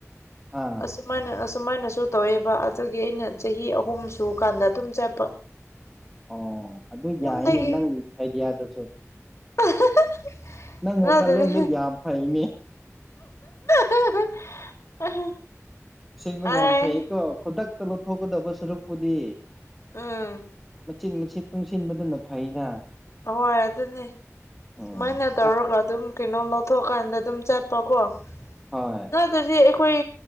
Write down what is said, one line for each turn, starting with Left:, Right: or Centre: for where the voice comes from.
Centre: ꯑꯥ
Left: ꯑꯥꯏꯅ ꯁꯨꯃꯥꯏꯅꯁꯨ ꯇꯧꯋꯦꯕ ꯑꯗꯨꯒꯤ ꯑꯩꯅ ꯆꯍꯤ ꯑꯍꯨꯝ ꯁꯨ ꯀꯥꯟꯗ ꯑꯗꯨꯝ ꯆꯠꯄ
Centre: ꯑꯣ ꯑꯗꯨ
Left: ꯌꯨꯝꯗꯒꯤ
Centre: ꯌꯥꯏꯅꯤ ꯅꯪꯒꯤ ꯑꯥꯏꯗꯤꯌꯥꯗꯨꯁꯨ
Left: <unintelligible>
Centre: ꯅꯪ
Left: ꯅꯠꯇꯦꯗ
Centre: ꯋꯥꯈꯜꯂꯣꯟꯗꯣ ꯌꯥꯝ ꯐꯩꯅꯦ
Left: <unintelligible>
Centre: ꯁꯤꯦꯡꯕ
Left: ꯑꯥꯏ
Centre: ꯌꯥꯝ ꯐꯩꯀꯣ ꯈꯨꯗꯛꯇ ꯂꯧꯊꯣꯛꯀꯗꯕ ꯁꯔꯨꯛꯄꯨꯗꯤ
Left: ꯑꯝ
Centre: ꯃꯆꯤꯟ ꯃꯆꯤꯠ ꯇꯨꯡꯁꯤꯟꯕꯗꯨꯅ ꯐꯩꯅ
Left: ꯍꯣꯏ ꯑꯗꯨꯅꯦ
Centre: ꯎꯝ
Left: ꯁꯨꯃꯥꯏꯅ ꯇꯧꯔꯒ ꯑꯗꯨꯝ ꯀꯩꯅꯣ ꯂꯧꯊꯣꯛꯀꯥꯟꯗ ꯑꯗꯨꯝ ꯆꯠꯄ ꯀꯣ
Centre: ꯍꯣꯏ
Left: ꯅ ꯑꯗꯨꯗꯤ ꯑꯩꯈꯣꯏ